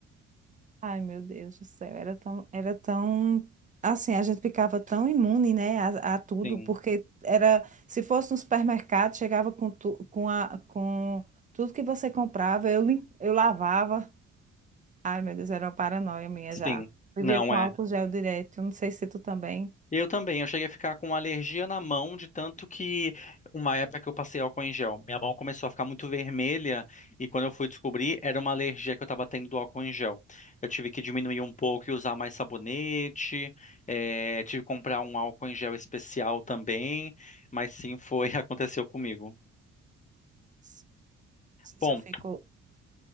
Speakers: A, on the right (about 25°); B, on the left (about 25°).
A: Ai, meu Deus do céu, era tão, era tão, assim, a gente ficava tão imune, né, a, a tudo,
B: Sim,
A: porque era, se fosse no supermercado, chegava com, tu, com, a, com tudo que você comprava, eu, lim- eu lavava. Ai, meu Deus, era uma paranoia minha
B: sim,
A: já. Vivia
B: não
A: com
B: é.
A: álcool gel direto, não sei se tu também.
B: Eu também, eu cheguei a ficar com alergia na mão, de tanto que uma época que eu passei álcool em gel, minha mão começou a ficar muito vermelha e quando eu fui descobrir, era uma alergia que eu estava tendo do álcool em gel. Eu tive que diminuir um pouco e usar mais sabonete, eh, tive que comprar um álcool em gel especial também, mas sim, foi, <laughs> aconteceu comigo.
A: Às vezes
B: Bom,
A: eu fico